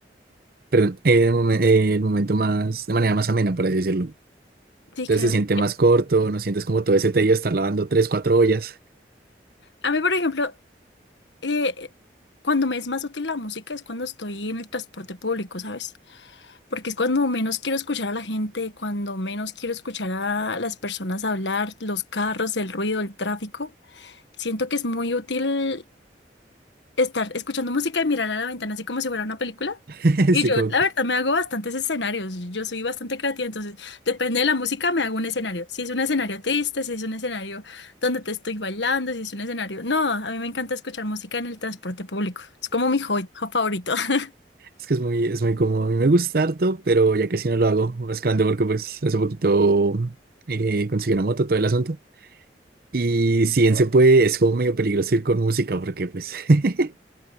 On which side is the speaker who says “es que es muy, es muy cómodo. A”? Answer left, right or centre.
Right